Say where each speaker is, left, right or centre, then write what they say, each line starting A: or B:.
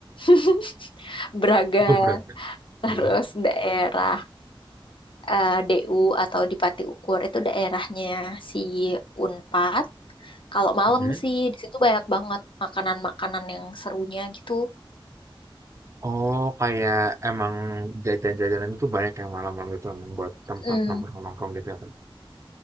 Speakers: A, on the left (about 65°); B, on the right (about 30°).
A: <laughs> Braga,
B: Geprek,
A: terus
B: oke.
A: daerah eh, DU atau di Pati Ukur itu daerahnya si Unpad. Kalau malam
B: Mhm.
A: sih di situ banyak banget makanan-makanan yang serunya gitu.
B: Oh, kayak emang jajan-jajanan itu banyak yang malam-malam itu emang buat tempat
A: Mm,
B: nongkrong-nongkrong gitu ya, Kak?